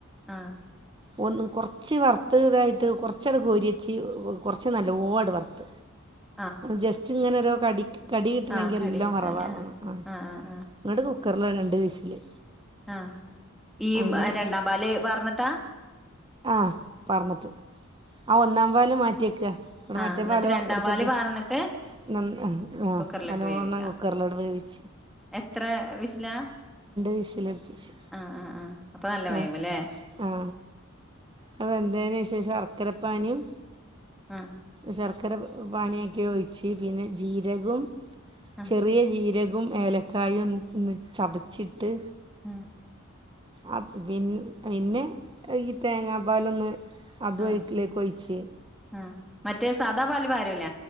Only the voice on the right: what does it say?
ഒന്ന് കൊറച്ച് വറ്ത്ത് ഇതായിട്ട് കൊറച്ച് കോരിയച്ച് കൊറച്ച് നല്ലോം വറ്ത്ത്
ജസ്റ്റ് ഇങ്ങനെ ഒരു കടി കടി കിട്ടണങ്കിൽ
എല്ലാം
വറവാകണം
ആഹ്
ന്നട്ട് കുക്കറില് രണ്ട് വിസില്
അങ്ങനെ
ആഹ് പാറ്ന്ന്ട്ട് ആ ഒന്നാം പാല് മാറ്റിവെക്ക ഇങ്ങ്ട്ട്
മറ്റേ
പാല്
എടുത്തിട്ട്
രണ്ടാംപാല്
പാറന്ന്ട്ട് വേവിക്കാ ആഹ്
നല്ലോണം
കുക്കറില് ഇട്ട് വേവിച്ച
വിസിലടുപ്പിച്ച്
ഇങ്ങോട്ട്
ആ അത് വെന്തേയിന് ശേഷം ശർക്കരപ്പാനിയും
ശർക്കര പാനിയാക്കിഒഴിച്ച് പിന്നെ ജീരകം
ചെറിയ ജീരകവും ഏലക്കായും ഒന്ന്ചതച്ചിട്ട്
അ പി പിന്നെ ഈ തേങ്ങാപ്പാലൊന്ന് അതും
അതിലേക്ക് ഒഴിച്ച്